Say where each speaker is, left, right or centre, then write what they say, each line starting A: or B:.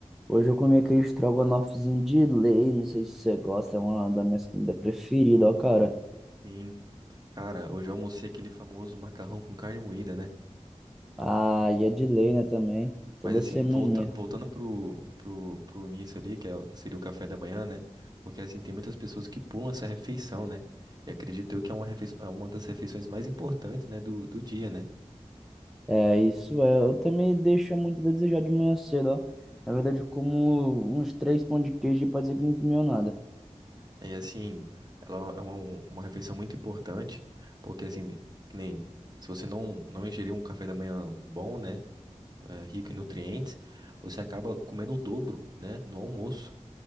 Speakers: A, in the centre; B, on the right.
A: hoje eu comi aquele estrogonofezinho de lei, não sei se você gosta, é uma da minha comida preferida, ó, cara.
B: Sim, cara, hoje eu almocei aquele famoso macarrão com carne moída, né?
A: Ah, e é de lei, né, também, toda
B: Mas assim,
A: semaninha.
B: volta, voltando pro, pro, pro início ali, que é o- seria o café da manhã, né? Porque assim, tem muitas pessoas que pulam essa refeição, né? E acredito eu que é uma refeição, é uma das refeições mais importantes, né, do, do dia, né?
A: É, isso é, eu também deixo muito a desejar de manhã cedo, ó. Na verdade, eu como uns três pão de queijo e pode dizer que não comeu nada.
B: E assim, ela é uma, uma refeição muito importante, porque assim, que nem se você não, não ingerir um café da manhã bom, né? é, rico em nutrientes, você acaba comendo o dobro, né? No almoço.